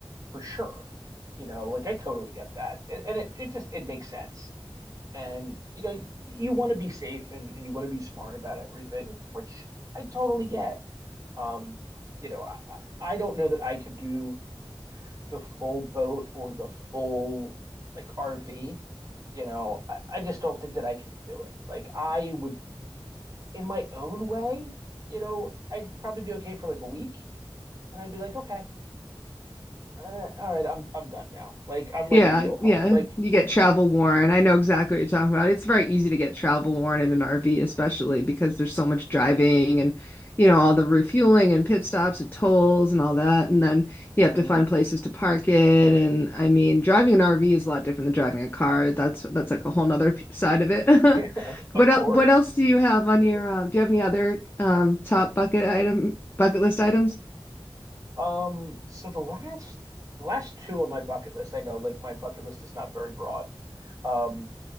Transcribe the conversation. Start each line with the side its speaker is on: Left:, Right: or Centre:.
Right: for sure you know like i totally get that and, and it, it just it makes sense And you know, y- you want to be safe and, and you want to be smart about everything, which I totally get. Um, you know, I I I don't know that I could do the full boat or the full like RV. You know, I, I just don't think that I could do it. Like I would in my own way, you know, I'd probably be okay for like a week and I'd be like, okay, uh, all right, I'm I'm done now. Like I'm ready
Left: Yeah,
Right: to go home.
Left: yeah.
Right: Like,
Left: You get travel worn. I know exactly what you're talking about. It's very easy to get travel worn in an RV, especially because there's so much driving and, you know, all the refueling and pit stops and tolls and all that. And then you have
Right: mhm.
Left: to find places to park it. And I mean, driving an RV is a lot different than driving a car. That's that's like a whole nother p- side of it. <laughs>
Right: <laughs> Of
Left: What
Right: course.
Left: else, what else do you have on your, uh, do you have any other um, top bucket item, bucket list items?
Right: Um, so the last last two on my bucket list, I know like my bucket list is not very broad. Um,